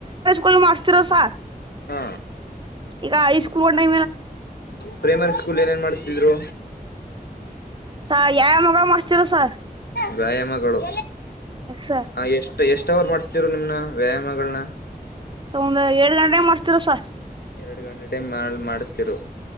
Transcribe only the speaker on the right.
ಕ ಮಸ್ತಿರ ಸಾ
ಈಗ ಹೈಸ್ಕೂಂಡ್ <unintelligible>
ಸ ಯಾವ್ ಯಾವ್ ವ್ಯಾಯಾಮ ಮಾಡಿಸ್ತೀರಾ ಸರ್.
ಅಸಾ
ಸೌ್ರ ಏಳ ಗಂಟೆಗೆ ಮಾಡ್ತಿೀರ ಸ